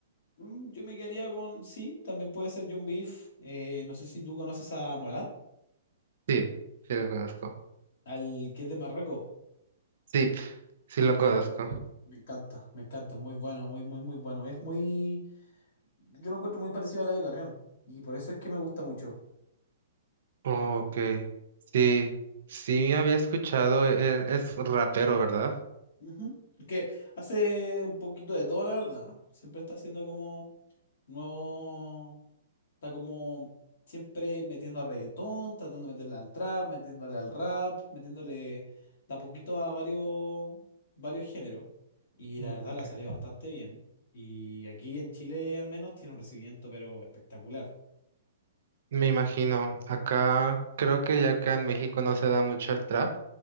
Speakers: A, on the left; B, on the right.
A: mm, yo me quedaría con, sí, también puede ser John Beef. Eh, no sé si tú conoces a Morad,
B: Sí, sí lo conozco.
A: al que es de Marruecos.
B: Sí, sí lo conozco.
A: Sí, me encanta, me encanta, muy bueno, muy, muy, muy bueno. Es muy, yo lo encuentro muy parecido a Eladio Carrión y por eso es que me gusta mucho.
B: Ok, sí, sí había escuchado, e- e- es rapero, ¿verdad?
A: Ujú. Es que hace un poquito de todo, la verdad. Siempre está haciendo como nuevo. Está como siempre metiendo a reggaetón, tratando de meterle al trap, metiéndole al rap, metiéndole de a poquito a varios, varios géneros. Y
B: Mm,
A: la verdad
B: ok.
A: le ha salido bastante bien. Y aquí en Chile al menos tiene un recibimiento, pero espectacular.
B: Me imagino, acá creo que ya que en México no se da mucho el trap,